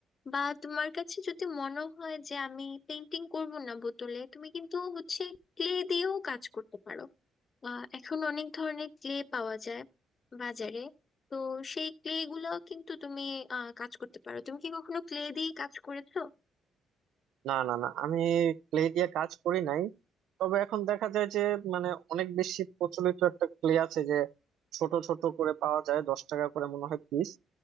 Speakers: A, on the left (about 35°); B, on the right (about 80°).
A: বা তোমার কাছে যদি মনে হয় যে আমি পেন্টিং করব না বোতলে তুমি কিন্তু হচ্ছে ক্লে দিয়েও কাজ করতে পারো আহ, এখন অনেক ধরনের ক্লে পাওয়া যায় বাজারে তো সেই ক্লে গুলাও কিন্তু তুমি আহ, কাজ করতে পারো তুমি কি কখনো ক্লে দিয়ে কাজ করেছো
B: না না না আমি ক্লে দিয়ে কাজ করি নাই তবে এখন দেখা যায় যে মানে অনেক বেশি প্রচলিত একটা ক্লে আছে যে ছোট ছোট করে পাওয়া যায় দশ টাকা করে মনে হয় পিস